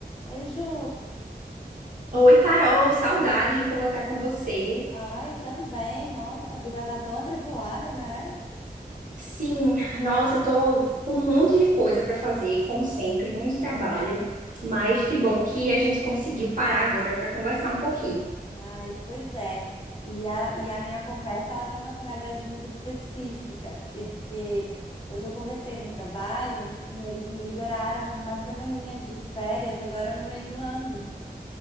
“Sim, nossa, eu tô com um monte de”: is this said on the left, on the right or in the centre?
Right